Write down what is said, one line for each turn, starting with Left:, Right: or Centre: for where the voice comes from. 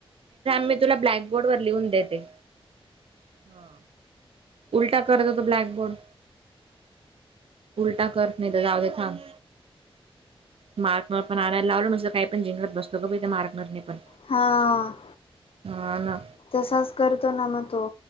Right: मी तुला ब्लॅकबोर्वर लिहून देते. हा उलटा करत होतो ब्लॅकबोर्ड उलटा करत नाही तर जाऊ दे थांब. मार्कवर पण आणायला लावल ना नसं काही पण जिंकत बसतो ग त्या मारकनरने पण.
Left: हा.
Right: हा ना.
Left: तसाच करतो ना मग तो